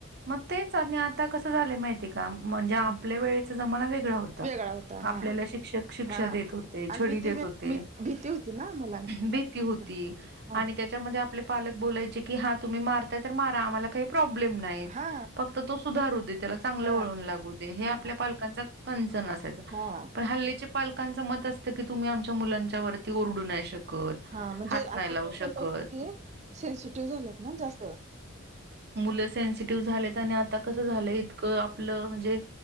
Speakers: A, on the right; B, on the right.
A: मग तेच आणि आता कसं झालय माहिती का? म्हणजे आपल्या
B: ह
A: वेळेचा जमाना वेगळा होता.
B: वेगळा होता
A: आपल्याला
B: हा
A: शिक्षक शिक्षा
B: हा
A: देत होते.
B: आणि
A: छडी
B: भीती
A: देत होते.
B: मी भीती होती ना मुलांना
A: ब
B: हा
A: आणि त्याच्यामध्ये आपले पालक बोलायचे की, हा तुम्ही मा तर मारा आम्हाला काही प्रॉब्लेम नाही.
B: हा
A: फक्त तो सुधारू दे. त्याला चांगलं
B: हा
A: वळन लागू दे. हे
B: हा
A: आपल्या पालकांचा कन्सर्न असायचा.
B: हा
A: पण हल्लीचे पालकांचं मत असते की, तुम्ही आमच्या मुलांच्या च्या वती ओरडू नाही शकत.
B: हा म्हणजे
A: हात नाही
B: आता ते
A: लावू शकत.
B: मुलं कशी सेन्सिटिव्ह झालेत ना जास्त
A: मुलं सेनसिटिव्ह झालेत. आणि आता कस झालंय? इतकं ण म्हणजे